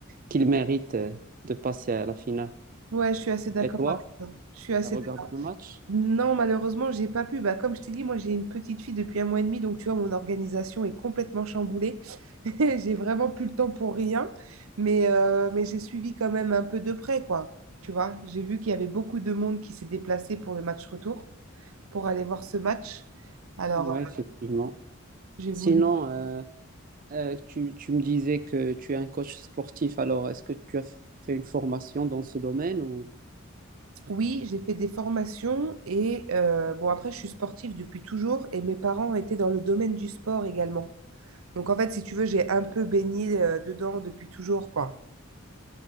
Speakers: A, on the right; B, on the right.
A: qu'il mérite euh, de passer à la finale.
B: Ouais, je suis assez d'accord
A: Et toi,
B: avec toi. Je suis assez
A: t'as regardé
B: d'accord.
A: le match?
B: Non, malheureusement, j'ai pas pu. Bah, comme je t'ai dit, moi, j'ai une petite fille depuis un mois et demi, donc tu vois, mon organisation est complètement chamboulée. <laughs> J'ai vraiment plus le temps pour rien, mais, euh, mais j'ai suivi quand même un peu de près, quoi. Tu vois, j'ai vu qu'il y avait beaucoup de monde qui s'est déplacé pour le match retour, pour aller voir ce match. Alors,
A: Ouais,
B: euh,
A: effectivement.
B: j'ai
A: Sinon,
B: voulu
A: euh, euh, tu, tu me disais que tu es un coach sportif. Alors, est-ce que tu as fait une formation dans ce domaine ou...
B: Oui, j'ai fait des formations et euh, bon, après, je suis sportive depuis toujours et mes parents étaient dans le domaine du sport également. Donc, en fait, si tu veux, j'ai un peu baigné euh, dedans depuis toujours, quoi.